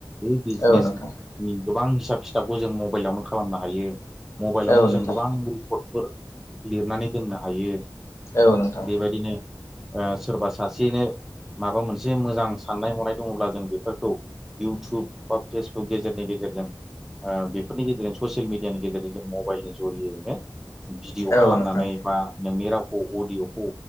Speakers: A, in the centre; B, on the left.
A: बे बिजनेसनि
B: औ नोंथां
A: गोबां हिसाब खिथाबखौ जों मबाइलावनो खालामनो हायो। मबाइलावनो
B: औ नोंथां
A: जों गोबां रेकर्डफोर लिरनानै दोननो हायो।
B: औ नोंथां।
A: बेबायदिनो ओ सोरबा सासेयनो माबा मोनसे मोजां साननाय हनाय दङब्ला जों बेफोरखौ इउटुब बा फेसबुक गेजेरनि गेजेरजों आ बेफोरनि गेजेरजों ससियेल मिडियानि गेजेरजों जों मबाइलनि जुरियैनो भिडिअ'
B: औ
A: खालामनानै
B: नोंथां
A: बा नोंनि राव खौ अडिय'खौ